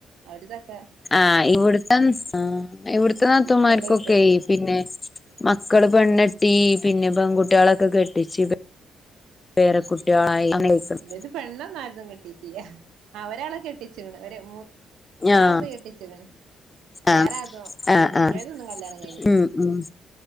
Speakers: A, on the right (about 85°); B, on the left (about 25°).
A: അവരിതൊക്കെ
B: ആ് ഇവിടുത്തെന്ന് ഇവിടത്തെ നാത്തൂൻമ്മാർക്കൊക്കെ
A: വല്യ കുട്ടിയ
B: പിന്നെ മക്കള് പെണ്ണട്ടി പിന്നെ പെൺകുട്ടികളൊക്കെ കെട്ടിച്ച് പേരക്കുട്ടികളായി
A: ഏ
B: അങ്ങനെയിരിക്കണ്
A: ഇ ഇത് പെണ്ണൊന്നാരതും കെട്ടിട്ടിയ ഒരാളെ കെട്ടിച്ചണ് ഒ ഒരാത
B: ആഹ്
A: കെട്ടിച്ചണ് വേറെതോ
B: ആഹ് ആഹ്
A: മറ്റേതൊന്നും
B: ആഹ്
A: കല്യാണം കഴിഞ്ഞിട്ട്
B: ഉം ഉം